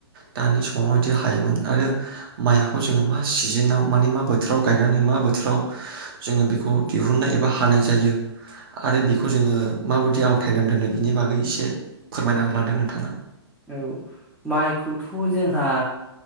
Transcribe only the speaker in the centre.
औ माइखौथ जोंहा